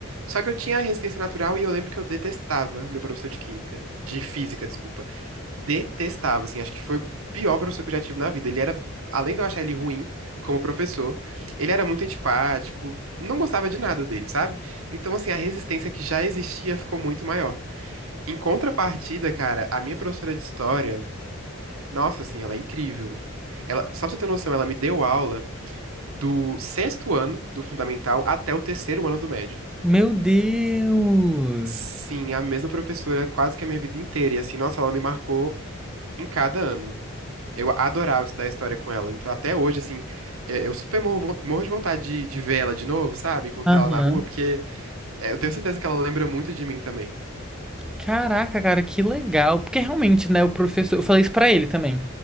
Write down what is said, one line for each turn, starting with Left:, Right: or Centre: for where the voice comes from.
Right: Só que eu tinha resistência natural e eu lembro que eu detestava meu professor de química. De física, desculpa. Detestava, assim. Acho que foi o pior professor que eu já tive na vida. Ele era, além de eu achar ele ruim como professor, ele era muito antipático. Não gostava de nada dele, sabe? Então, assim, a resistência que já existia ficou muito maior. Em contrapartida, cara, a minha professora de história, nossa, assim, ela é incrível. Ela, só pra você ter noção, ela me deu aula do sexto ano do fundamental até o terceiro ano do médio.
Centre: Meu Deus!
Right: Sim, a mesma professora quase que a minha vida inteira. E assim, nossa, ela me marcou em cada ano. Eu adorava estudar história com ela. Então, até hoje, assim, é, eu super morro, von- morro de vontade de, de ver ela de novo, sabe? Encontrar
Centre: Aham.
Right: ela na rua, porque é, eu tenho certeza que ela lembra muito de mim também.
Centre: Caraca, cara, que legal. Porque realmente, né, o professor. Eu falei isso pra ele também.